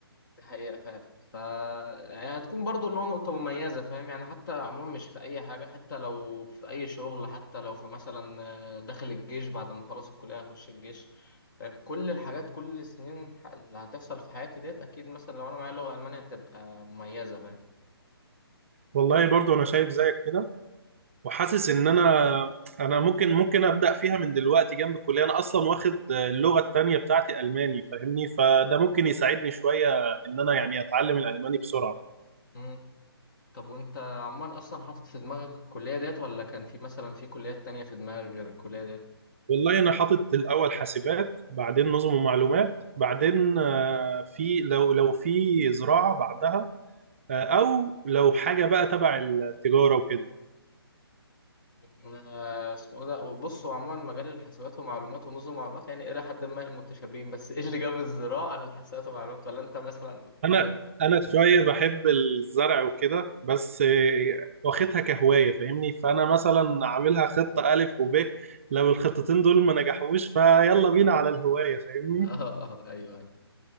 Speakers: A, on the left; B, on the right.
A: دي حقيقة فعلا فهتكون برضو اللي هو نقطة مميزة فاهم يعني حتى عموما مش في أي حاجة حتى لو في أي شغل حتى لو في مثلا آه، داخل الجيش بعد ما أخلص الكلية أخش الجيش فاهم؟ كل الحاجات كل السنين ح- اللي هتحصل في حياتي ديت أكيد مثلا لو أنا معايا لغة ألمانية هتبقى مميزة فاهم
B: والله برضو انا شايف زيك كده وحاسس ان انا انا ممكن ممكن ابدا فيها من دلوقتي جنب الكليه انا اصلا واخد اللغه التانية بتاعتي الماني فاهمني فده ممكن يساعدني شويه ان انا يعني اتعلم الالماني بسرعه
A: مم. طب وأنت عموما أصلا حاطط في دماغك الكلية ديت ولا كان في مثلا في كليات تانية في دماغك غير الكلية ديت؟
B: والله انا حاطط الاول حاسبات بعدين نظم ومعلومات بعدين آه، في لو لو في زراعه بعدها آه، او لو حاجه بقى تبع التجاره وكده
A: انا اسمه ده بص هو عموما مجال الحاسبات ومعلومات ونظم معلومات يعني الى حد ما متشابهين بس <laughs> ايه اللي جاب الزراعه على الحاسبات ومعلومات ولا انت مثلا حابب
B: انا انا شويه بحب الزرع وكده بس
A: اه
B: آه، واخدها كهوايه فاهمني فانا مثلا عاملها خطه الف وب لو الخطتين دول ما نجحوش فيلا بينا على الهوايه فاهمني
A: اه ايوه أيوة.